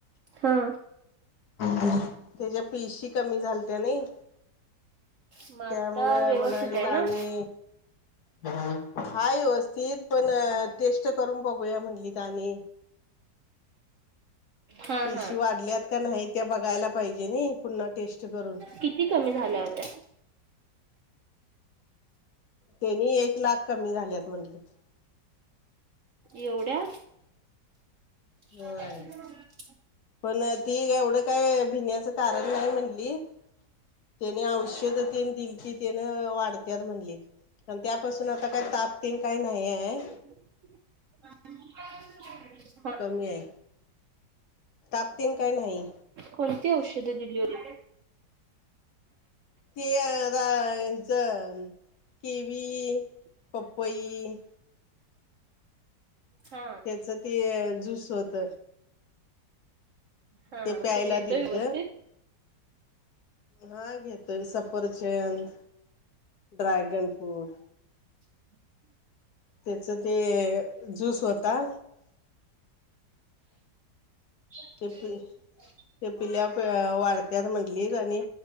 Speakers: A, on the right; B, on the left.
A: हा
B: त्याच्या पिशी कमी झालत्या नाही.
A: मग आता
B: त्यामुळं
A: व्यवस्थित
B: म्हणालीत
A: आहे ना
B: आनी हाय व्यवस्थित पण टेस्ट करून बघूया म्हंनलीत आणि
A: हा
B: पिशी
A: हा
B: वाढल्यात का नाही त्या बघायला पाहिजे नाही पुन्हा टेस्ट करून.
A: किती कमी झाल्या होत्या.
B: तेनी एक लाख कमी झाल्यात म्हंटलेत.
A: एवढ्या ह
B: होय पण ती एवढं काय भिण्याचं कारण नाही म्हणली त्यांन औषध तीनं दिलती त्यांन वाढत्यात म्हणली. आणि त्यापासून आता काही तापतीन काही नाही आहे
A: <inaudible>
B: कमी आहे तापतीन काय नाही
A: कोणती औषधं दिली होती.
B: ते आता ह्याचा किवी पपई
A: हा
B: त्याच ते जूस होत
A: हा
B: ते प्यायला
A: तो घेतोय
B: दिलत
A: व्यवस्थित
B: हा घेतोय सफरचंद ड्रॅगन फ्रूट
A: <inaudible>
B: त्याच ते जूस होता
A: <unintelligible>
B: ते पि ते पिल्यावर वाढत्यात म्हंटलीत आणि